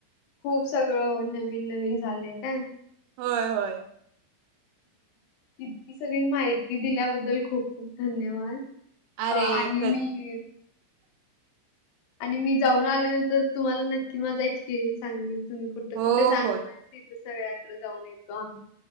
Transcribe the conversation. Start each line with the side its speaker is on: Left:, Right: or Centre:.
Left: खूप सगळं नवीन नवीन झालंय काय.
Right: व्हय होय.
Left: ईतकी सगळी माहिती दिल्याबद्दल खूप- खूप धन्यवाद.
Right: अरे
Left: अं आणि
Right: क
Left: मी आणि मी आल्यानंतर तुम्हाला नक्की माझा एक्सपिरियन्स सांगेल. तुम्ही कुठं
Right: हो
Left: कुठं सांगितलं
Right: हो
Left: सगळ्याकड जाऊन येतो आम्ही.